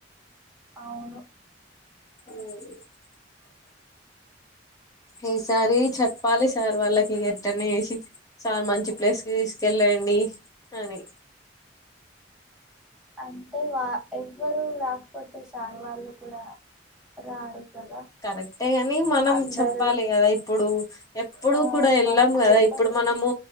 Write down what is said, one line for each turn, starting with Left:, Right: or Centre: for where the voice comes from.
Centre: అవును
Left: <unintelligible> ఈసారి చెప్పాలి సార్ వాళ్ళకి ఎట్టన్న జేసి సార్ మంచి ప్లేస్ కి తీస్కెళ్ళండి అని
Centre: అంటే వా ఎవ్వరు రాకపోతే సార్ వాళ్ళు కూడా రారు కదా
Left: కరెక్టే గాని మనం
Centre: అందరూ
Left: చెప్పాలి గదా ఇప్పుడు ఎప్పుడు
Centre: ఆ
Left: కూడా ఎళ్ళం
Centre: మనం
Left: గదా
Centre: చెప్పలేం
Left: ఇప్పుడు మనము